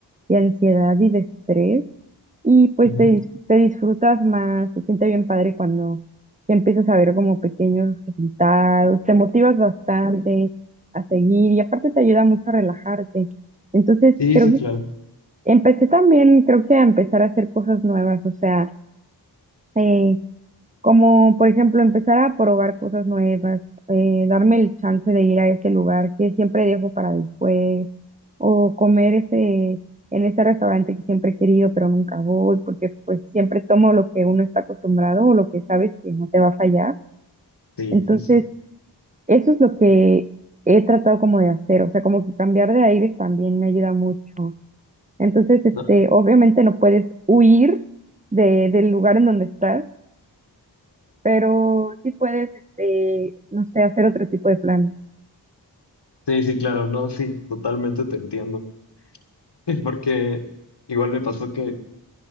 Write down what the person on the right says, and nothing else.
de ansiedad y de estrés. Y pues
te, dis- te disfrutas más, te siente bien padre cuando ya empiezas a ver como pequeños resultados, te motivas bastante a seguir y aparte te ayuda mucho a relajarte. Entonces,
creo
que
empecé también, creo que a empezar a hacer cosas nuevas, o sea, eh, como por ejemplo empezar a probar cosas nuevas, eh, darme el chance de ir a este lugar que siempre dejo para después, o comer ese, en este restaurante que siempre he querido pero nunca voy, porque pues siempre tomo lo que uno está acostumbrado o lo que sabes que no te va a fallar.
Entonces,
eso es lo que he tratado como de hacer, o sea, como que cambiar de aires también me ayuda mucho. Entonces, este,
obviamente no puedes huir de, del lugar en donde estás pero sí puedes, este, no sé, hacer otro tipo de planes.